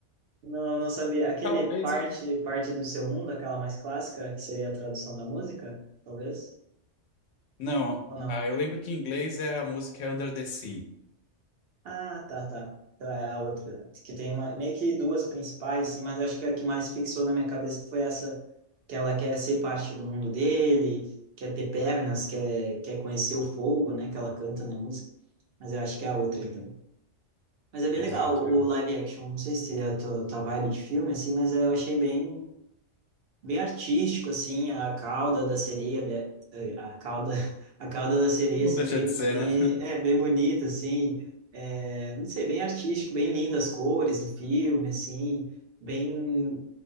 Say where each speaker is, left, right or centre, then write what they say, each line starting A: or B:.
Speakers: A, on the right; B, on the left.
A: Não, não sabia.
B: E
A: Aquele
B: talvez
A: parte,
B: eu.
A: parte do seu mundo, aquela mais clássica, que seria a tradução da música, talvez?
B: Não,
A: Ou não?
B: ah, eu lembro que em inglês é a música é Under the Sea.
A: Ah, tá, tá. Então é a outra. Que tem uma, meio que duas principais, assim, mas acho que a que mais fixou na minha cabeça foi essa, que ela quer ser parte do mundo dele, quer ter pernas, quer, quer conhecer o fogo, né, que ela canta na música. Mas eu acho que é a outra, então. Mas é bem
B: Exato.
A: legal o
B: é.
A: live action. Não sei se é a tua, tua vibe de filme, assim, mas eu achei bem bem artístico assim a cauda da sereia de- eh, a cauda <laughs> a cauda da sereia
B: Não
A: assim
B: deixa
A: bem
B: de ser,
A: bem
B: né? <laughs>
A: é bem bonita assim é, não sei bem artístico bem lindas as cores do filme assim bem